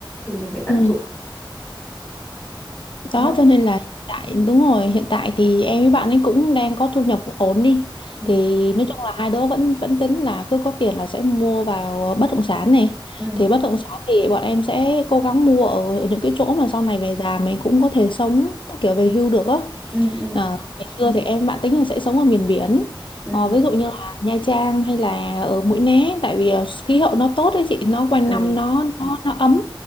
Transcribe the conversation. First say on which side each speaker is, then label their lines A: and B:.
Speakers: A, on the left; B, on the left.
A: thì mình phải tận
B: ừ.
A: dụng
B: Đó
A: đúng không
B: cho nên là hiện tại đúng rồi hiện tại thì em với bạn ấy cũng đang có thu nhập cũng ổn đi
A: ừ
B: thì nói chung là hai đứa vẫn vẫn tính là cứ có tiền là sẽ mua vào ờ, bất động sản này
A: ừ
B: thì bất động sản thì bọn em sẽ cố gắng mua ở những cái chỗ mà sau này về già mình cũng có thể sống kiểu về hưu được á
A: ừ ừ
B: à, ngày xưa thì em bạn tính là sẽ sống ở miền biển
A: ừ,
B: Ờ, ví dụ như là Nha Trang hay là ở Mũi Né tại vì ờ, khí hậu nó tốt đấy chị nó quanh
A: ừ
B: năm nó nó nó ấm